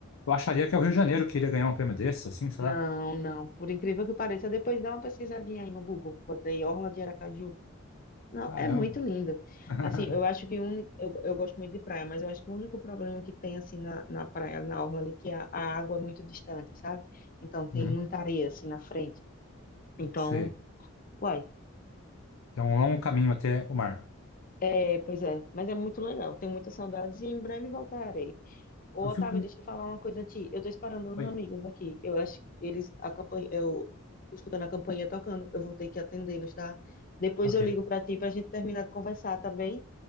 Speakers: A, on the left (about 75°); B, on the left (about 40°).
A: eu acharia que é o Rio de Janeiro que iria ganhar um prêmio desse, assim, sei
B: não,
A: lá.
B: não, por incrível que pareça, depois dá uma pesquisadinha aí no Google. Botei orla de Aracaju Não,
A: Caramba!
B: é muito lindo.
A: <laughs>
B: Assim, eu acho que o único, eu, eu gosto muito de praia, mas eu acho que o único problema que tem assim na, na praia, na orla ali, que a, a água é muito distante, sabe? Então tem
A: Uhum,
B: muita areia assim na frente. Então,
A: sei.
B: uai,
A: É um longo caminho até o mar.
B: é, pois é, mas é muito legal. Tenho muitas saudades e em breve voltarei. Ô,
A: Eu
B: Otávio,
A: fico.
B: deixa eu falar uma coisa a ti. Eu tô esperando uns
A: Oi.
B: amigos aqui. Eu acho que eles a campanha, eu escutando a campainha tocando, eu vou ter que atendê-los, tá? Depois
A: Ok.
B: eu ligo pra ti pra gente terminar de conversar, tá bem?